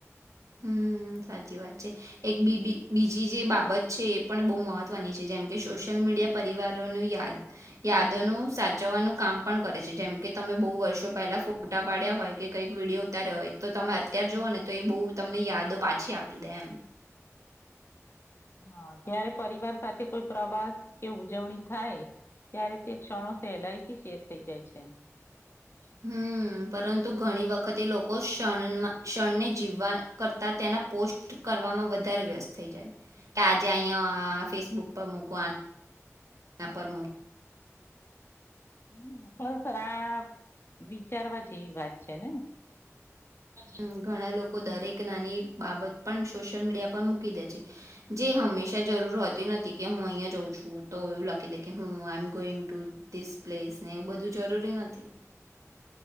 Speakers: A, on the right (about 75°); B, on the left (about 45°).
A: હમ્મ, સાચી વાત છે. એક બીબી બીજી જે બાબત છે એ પણ બહુ મહત્વની છે જેમ કે સોશિયલ મીડિયા પરિવારોનું યાદ યાદનો સાચવવાનું કામ પણ કરે છે જેમકે તમે બહુ વર્ષો પહેલા ફોટા પાડ્યા હોય કે કંઈક વિડીયો ઉતાર્યો હોય તો તમે અત્યાર જુઓ ને તો એ બહુ તમને યાદો પાછી આપી દે એમ.
B: હા, ત્યારે પરિવાર સાથે કોઈ પ્રવાસ કે ઉજવણી થાય ત્યારે તે ક્ષણો સહેલાઈથી શેર થઈ જાય છે.
A: હમ્મ, પરંતુ ઘણી વ ખતે લોકો ક્ષણમાં ક્ષણને જીવવા કરતા તેના પોસ્ટ કરવામાં વધારે વ્યસ્ત થઈ જાય કે આજે અહીંયા ફેસબુક પર મકવાન ના પરમુ
B: હમ્મ, પર ખરા આ વિચારવા જેવી વાત છે ને?
A: હમ્મ, ઘણા લોકો દરેક નાની બાબત પણ સોશિયલ મીડિયા પર મૂકી દે છે, જે હંમેશા જરૂર હોતી નથી કે હું અહીંયા જાઉં છું તો એવું લખી દે કે હું I am going to this place ને એવું બધું જરૂરી નથી.